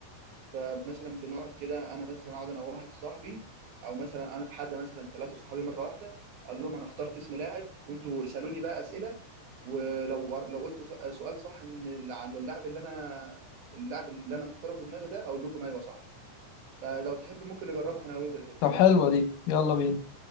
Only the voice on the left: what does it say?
طب حلوه دي يلا بينا